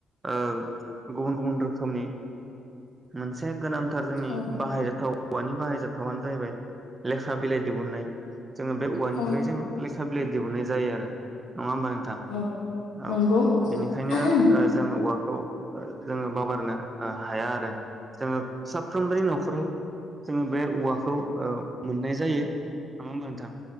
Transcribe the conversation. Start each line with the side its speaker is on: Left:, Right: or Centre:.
Right: ओ गुबुन गुबुन रोखोमनि मोनसे गोनां थार जोंनि
Left: औ
Right: बाहायजाथाव। औवानि बाहायजाथावानो जाहैबाय लेखा बिलाइ दिहुननाय। जोंङो बे उवानिफ्राय
Left: औ
Right: जोंङो ले खा बिलाय दिहुननाय जायो आरो। नङा होमबा नोंथां
Left: औ
Right: औ
Left: नंगौ
Right: बेनिखायनो
Left: औ
Right: ओ जोंङो औवा खौ जोंङो बावगारनो हाया आरो जोंङो। साफ्रोमबोनि न'खराव। जोंङो बे उवाखौ ओ‌ मोननाय जायो नङा होमबा। थां